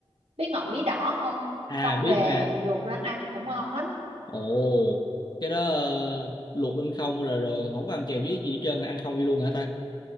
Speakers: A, on the right; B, on the left.
A: biết ngọn bí đỏ không
B: à
A: xong
B: biết
A: về
B: nè
A: luộc lên ăn cũng ngon lắm
B: ồ cái đó ờ, luộc lên không rồi rồi không có ăn kèm với gì hết trơn ăn không đi luôn hả ta